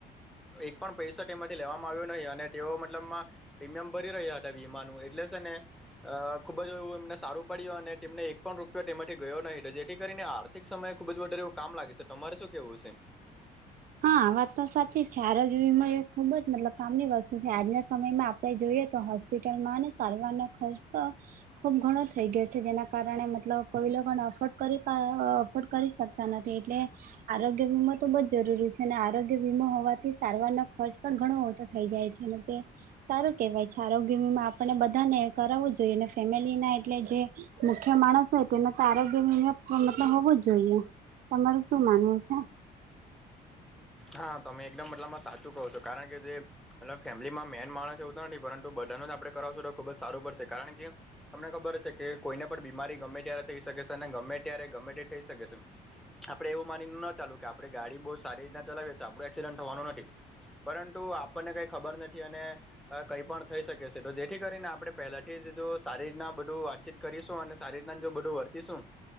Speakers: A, in the centre; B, on the right.
A: એક પણ પૈસઠી માંથી લેવામાં આવ્યું નહી અને તેઓ મતલબમાં પ્રીમિયમ ભરી રહ્યા હતા વીમાનું એટલે છે ને અ ખુબ જ એવું એમને સારું પડ્યું અને તેમને એક પણ રૂપિયો તેમાંથી ગયો નહીિ તો જેથી કરીને આ આર્થિક સમયે ખુબ જ વડર એવું કામ લાગે છે તમારે શું કેવું હશે
B: હા વાત તો સાચી જ છે આરોગ્ય વિમ એ ખુબ જ મતલબ કામની વસ્તુ છે આજના સમયમાં આપણે જોઈએ તો હોસ્પિટલમાં સારવારનો ખર્ચ ખુબ ઘણો થઈ ગયો છે જેના કારણે મતલબ કોઈ લોકોને અફોર્ડ કરી અફોર્ડ કરી શકતા નથી એટલે આરોગ્ય વીમા તો બહ જરૂરી છે આરોગ્ય વીમાો હોવાથી સારવાર ન ખર્ચ પણ ઘણો ઓછો થઈ જાય છે અને તે સારું કેવાય છે આરોગ્યમાં આપને બધાને કરાવવું જોઈએ અનેને ફેમિલી ના એટલે જે મુખ્ય માણસ હોય તેમાં તો આરોગ્ય મતલબ હોવું જ જોઈએ તમારું શું માનવું છે
A: હા તમે એકદમ મતલબમાં સાચું કહો છો કારણ કે જે એટ ફેમિલીમાં મેન માણસ એવું તો નથી પરંતુ બધાનો જ આપણેે કરાવશું તો ખુબ જ સારું પડશે કારણ કે તમને ખબર હશે કે કોઈને પણ બીમારી ગમે ત્યારે થઈ શકે છે અને ગમે ત્યારે ગમે તે થઈ શકે છે આપડે એવું માનીને ન ચાલુ કે આપે ગાડી બહુ સારી રીતના ચલાવીએીએ આપડું એક્સિડન્ટ થવાનું નથી પરંતુ આપણને કંઈ ખબર નથી અને કઈ પણ થઈ શકે છે તો જેથી કરીને આપણે પહેલાથી જ જો સારી રીતના બધું વાતચીત કરીશું અને સારી રીતના જો બધું વર્તીશું